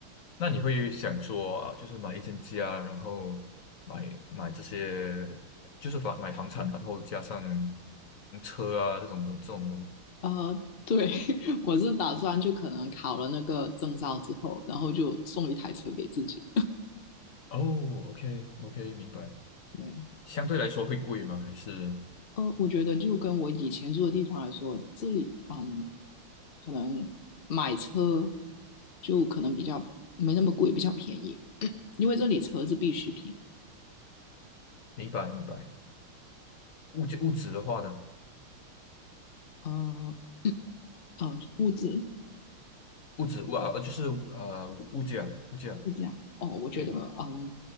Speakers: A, on the left; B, on the left.
A: 那你会想说啊，就是买一间家，然后买买这些就是房买房产，然后加上车啊这种的这种的吗？
B: 呃，对，<laughs> 我是打算就可能考了那个证照之后，然后就送一台车给自己。
A: 哦，OK OK，明白。
B: 对，
A: 相对来说会贵吗？还是
B: 呃，我觉得就跟我以前住的地方来说，这里嗯，可能买车就可能比较没那么贵，比较便宜，<coughs> <clears throat> 因为这里车是必需品。
A: 明白明白。物价物质的话呢？
B: 呃呃，物资
A: 物质物啊呃就是呃物物价物价
B: 物价哦，我觉得嗯，
A: 对。